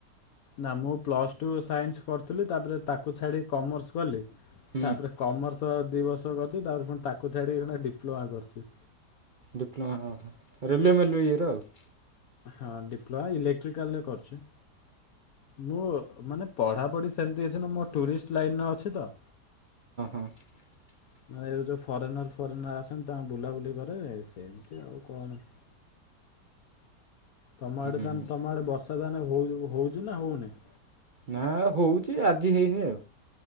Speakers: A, on the left; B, on the right.
A: ନା ମୁଁ ପ୍ଲସ ଟୁ ସାଇନ୍ସ କରୁଥିଲି ତାପରେ ତାକୁ ଛାଡ଼ି କମର୍ସ କଲି।
B: ହୁଁ
A: ତାପରେ କମର୍ସ ଦୁଇ ବର୍ଷ କରିୁଛି ତାପରେ ପୁଣି ତାକୁ ଛାଡ଼ିକି ଡିପ୍ଲୋମା କରିୁଛି।
B: ଡିପ୍ଲୋମା ଓହୋ। ରେଲୱେ ମେଲୱେ ଇଏର ଆଉ।
A: ହଁ ଡିପ୍ଲୋମା ଇଲେକ୍ଟ୍ରିକାଲରେ କରୁଚି। ମୁଁ ମାନେ ପଢାପଢି ସେମିତି ଅଛି ମୋ ଟୁରିଷ୍ଟ ଲାଇନରେ ଅଛି ତ।
B: <unintelligible>
A: ମାନେ ଏବେ ଯେଉଁ ଫରେନର୍ ଫରେନର୍ ଆସନ୍ତି, ତାଙ୍କୁ ବୁଲାବୁଲି କରେ ସେମିତି ଆଉ କଣ। ତମ ଆଡେ
B: ହଁ
A: ତମ ଆଡେ ବର୍ଷା ତାହେନେ ହଉ ହଉଚି ନା ହଉନି?
B: ନା ହଉଛି ଆଜି ହେଇନି ଆଉ।